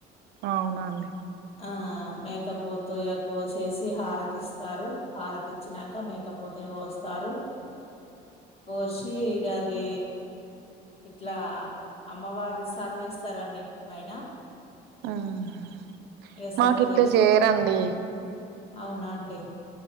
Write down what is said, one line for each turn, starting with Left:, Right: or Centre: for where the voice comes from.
Right: అవునాండి
Left: ఆ మేకపోతు ఇగ కోసేసి హారతిస్తారు హారతిచ్చినాక మేకపోతుని కోస్తారు
Right: <inaudible>
Left: కోసి ఇగ అది ఇట్లా అమ్మవారు సర్వేస్తారండి ఇంటి పైన
Right: ఆహా
Left: ఇగ
Right: మాకిట్ల
Left: సరువేసి
Right: జేయరండీ
Left: అవునా అండి